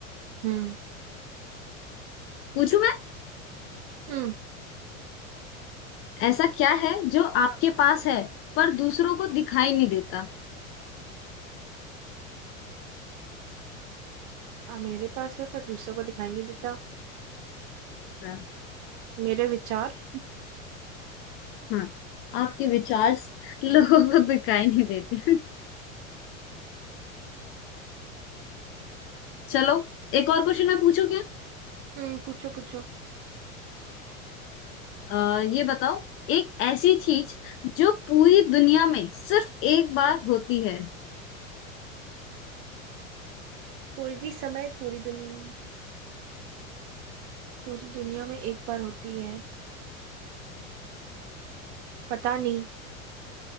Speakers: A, on the right; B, on the left.
A: हम्म
B: पूछू मैं
A: हम्म
B: ऐसा क्या है जो आपके पास है पर दूसरों को दिखाई नहीं देता
A: आ, मेरे पास है पर दूसरों को दिखाई नहीं देता
B: है?
A: मेरे विचार
B: हाँ आपके विचार <laughs> लोगों को दिखाई नहीं देते <laughs> चलो एक और क्वेश्चन मैं पूछू क्या
A: हम्म पूछो पूछो
B: आ, ये बताओ एक ऐसी चीज जो पूरी दुनिया में सिर्फ एक बार होती है
A: कोई भी समय पूरी दुनिया पूरी दुनिया में एक बार होती है पता नहीं